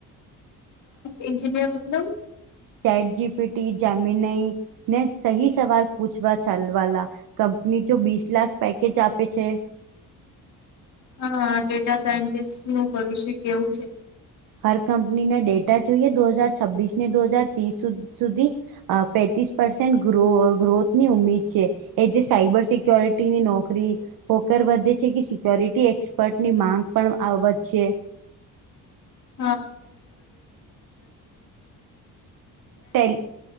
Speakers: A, on the left; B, on the right.
A: <inaudible> એન્જિનિયર મતલબ
B: ચેટ જીપીટી જામીનઈ ને સહી સવાલ પૂછવા ચાલવાલા કંપની જો બીસ લાખ પેકેજ આપે છે.
A: હા ડેટા સાયન્ટિસ્ટ નું ભવિષ્ય કેવું છે?
B: હર કંપનીના ડેટા જોઈએ દો હાજાર છવ્વીસ ને દો હજાર ત્રીસ સુધી, અ પેતીસ પસેન્ટો ગ્રોથની ઉમીર છે. એ જે સાયબર સિક્યોરિટીની નોકરી પોકર વધે છે કે સિક્યોરિટી એક્સપર્ટની માંગ પણ આવશે
A: <inaudible>
B: ટેલ